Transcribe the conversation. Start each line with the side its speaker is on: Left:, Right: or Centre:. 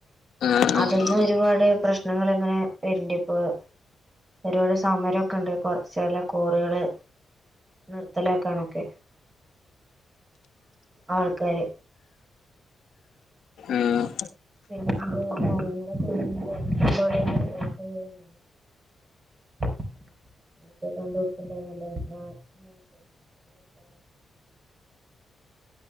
Left: ആഹ്
Right: അതൊന്ന്
Left: ആഹ്
Right: വെ ഒരുപാട് പ്രശ്നങ്ങൾ ഇങ്ങനെ വരണ്ടിയിപ്പോ ഒരുപാട് സമരമൊക്കെ ഉണ്ട് കൊറെ ചെല കോറികള് നിർത്തലാക്കാനൊക്കെ ആൾക്കാര്
Left: ആ ഹ്
Right: <unintelligible> <unintelligible>